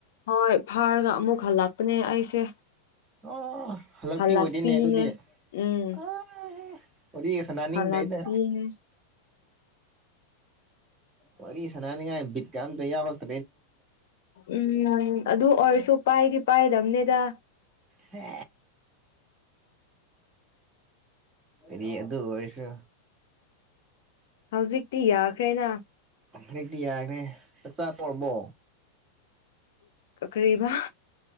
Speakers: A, on the left; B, on the right.
A: ꯍꯣꯏ ꯐꯥꯔꯒ ꯑꯃꯨꯛ ꯍꯜꯂꯛꯄꯅꯦ ꯑꯩꯁꯦ
B: ꯑꯣ ꯍꯜꯂꯛꯄꯤ
A: ꯍꯜꯂꯛꯄꯤꯅꯦ
B: ꯑꯣꯏꯗꯣꯏꯅꯦ ꯑꯗꯨꯗꯤ
A: ꯎꯝ
B: ꯑ ꯋꯥꯔꯤꯒ ꯁꯥꯟꯅꯅꯤꯡꯗ꯭ꯔꯦꯗ
A: ꯍꯜꯂꯛꯄꯤꯅꯦ
B: ꯋꯥꯔꯤ ꯁꯅꯥꯅꯤꯡꯉꯥꯏ ꯕꯤꯠꯀ ꯑꯝꯇ ꯌꯥꯎꯔꯛꯇꯦ
A: ꯎꯝ ꯑꯗꯨ ꯑꯣꯏꯔꯁꯨ ꯄꯥꯏꯗꯤ ꯄꯥꯏꯗꯝꯕꯅꯦꯗ
B: ꯍꯦ ꯀꯔꯤ ꯑꯗꯨ ꯑꯣꯏꯔꯁꯨ
A: ꯍꯧꯖꯤꯛꯇꯤ ꯌꯥꯈ꯭ꯔꯦꯅ
B: ꯍꯧꯖꯤꯛꯇꯤ ꯌꯥꯈ꯭ꯔꯦ ꯆꯥꯛꯆꯥꯥ ꯇꯣꯛꯑꯕꯣ
A: ꯀꯔꯤꯕꯥ